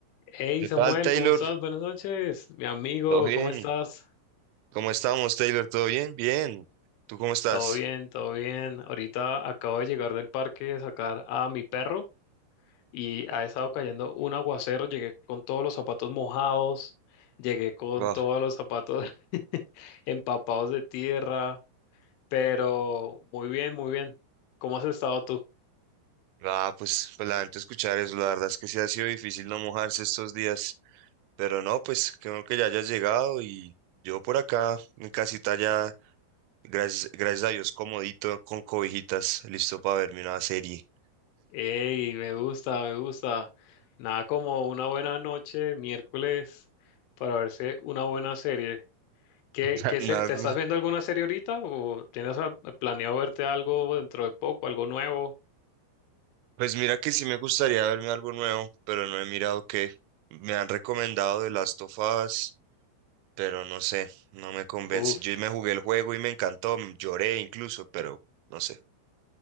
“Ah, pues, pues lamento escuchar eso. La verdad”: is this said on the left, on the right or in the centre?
Right